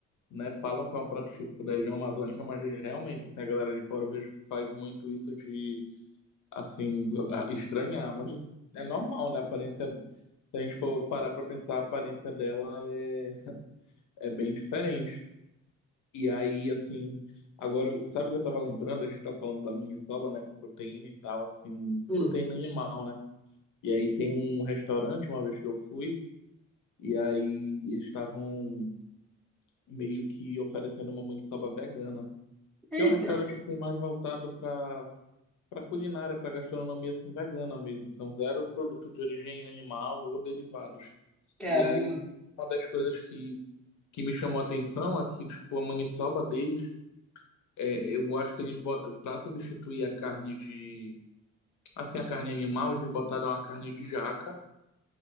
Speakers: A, on the left; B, in the centre.
A: né, falam que é um prato típico da região amazônica, mas realmente, assim, a galera de fora eu vejo que faz muito isso de assim, a- estranhar, mas é normal, né? A aparência, se a gente for parar pra pensar, a aparência dela é, é bem diferente. E aí, assim, agora, sabe o que eu tava lembrando? A gente tava falando da maniçoba, né, com proteína e tal, assim,
B: Hum.
A: proteína animal, né? E aí tem um restaurante, uma vez que eu fui, e aí eles estavam meio que oferecendo uma maniçoba vegana, que
B: Eita,
A: é um restaurante, assim, mais voltado pra para culinária, para gastronomia assim vegana mesmo, então zero produto de origem animal ou derivados.
B: caramba,
A: E aí uma das coisas que que me chamou a atenção é que tipo a maniçoba deles, é, eu acho que eles para substituir a carne de assim a carne animal, eles botaram a carne de jaca